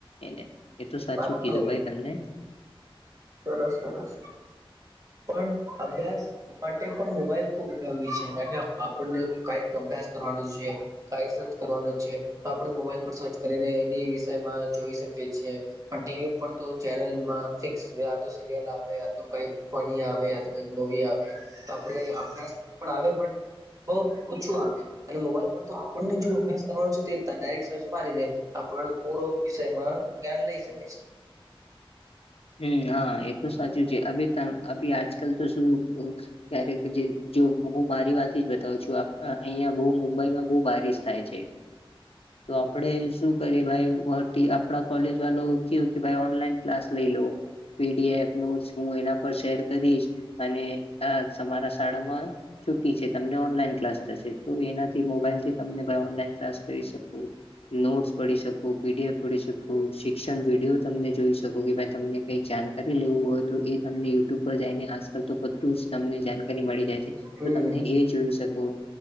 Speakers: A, on the left; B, on the right.
A: એને એ તો સાચું
B: વાત
A: કીધું
B: તો
A: ભાઈ તમને
B: સરસ સરસ પણ અભ્યાસ. માટે પણ મોબાઈલ ખુબ ઉપયોગી છે કારણ કે આપણને કઈક અભ્યાસ કરવાનો છે. કઈ સર્ચ કરવાનું છે તો આપણે મોબાઈલ પર સર્ચ કરીને એની વિષયમાં જોઈ શકીએ છીએ. પણ ટીવી ઉપર તો ચેનલમાં ફિક્સ આ તો સિરિયલ આવે આ તો કઈક ફની આવે યા તો કઈક મુવી આવે તો આપણે અભ્યાસ પણ આવે પણ બહ ઓછું આવે અને મોબાઈલ પર તો આપણને જો અભ્યાસ કરવાનો છે તે ડાયરેક્ટ સર્ચ મારીને આપણ પૂરો વિષયમાં જ્ઞાન લઈ શકે છે.
A: હમ હા એ તો સાચું છે અ આજકાલ તો શું. ક્યારેક જે જો હું મારી વાત જ બતાવું છું અહિયાં બહ મુંબઈમાં બહુ બારિશ થાય છે. <inaudible> તો આપડે શું કરીએ ભ આપડા કોલેજ વાલો કેવું કે ઓનલાઈન ક્લાસ લઈ લો પીડીએફ નોટસ હું એના પર શેર કરીશ અને આ તમારા શાળામાં છૂટી છે તમને ઓનલાઈન ક્લાસ થશે. તો એનાથી મોબાઈલથી તમ ઓનલાઈન ક્લાસ કરી શું નોટ્સ પડી શકું પીડીએફ પડી શકું શિક્ષણ વિડીયો તમને જોઈ શકું કે ભાઈ તમને કઈક જાણકારી લેવું હોય તો એ તમને યુટ્યુબ પર જઈને આજકાલ તો <inaudible> જ તમને જાણકારી મળી જાય.
B: હમ
A: તો તમને એ જોઈ શકો